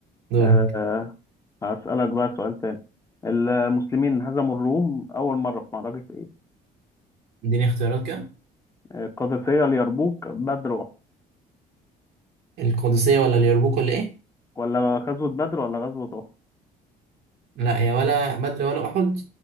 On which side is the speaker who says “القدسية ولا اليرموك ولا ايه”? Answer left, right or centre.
Right